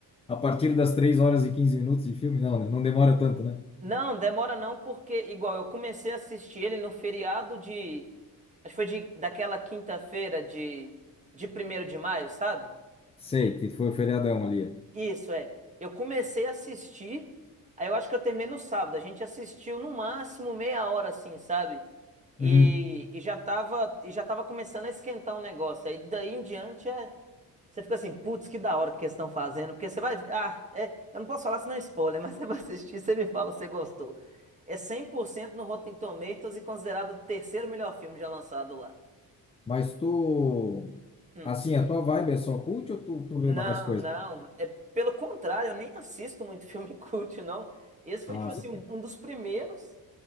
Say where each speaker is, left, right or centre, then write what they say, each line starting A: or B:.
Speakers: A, on the left; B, on the right.
A: a partir das 3 horas e 15 minutos de filme, não, né? Não demora tanto, né?
B: Não, demora não, porque igual eu comecei a assistir ele no feriado de, acho que foi de, daquela quinta-feira de de primeiro de maio, sabe?
A: Sei que foi o feriadão ali. é.
B: Isso é. Eu comecei a assistir, aí eu acho que eu terminei no sábado. A gente assistiu no máximo meia hora assim, sabe? E,
A: Uhum.
B: e já tava e já tava começando a esquentar o negócio. Aí daí em diante é você fica assim, putz, que da hora que eles estão fazendo, porque você vai. ver. Ah, é, eu não posso falar senão é spoiler, mas <laughs> você vai assistir, você me fala se você gostou. É 100% no Rotten Tomatoes e considerado o terceiro melhor filme já lançado lá.
A: Mas tu,
B: Hum.
A: assim, a tua vibe é só cult ou tu, tu
B: Não,
A: vê mais coisa?
B: não. É, pelo contrário, eu nem assisto muito filme <laughs> cult, não. Esse foi,
A: Ah,
B: tipo assim,
A: saquei.
B: um, um dos primeiros,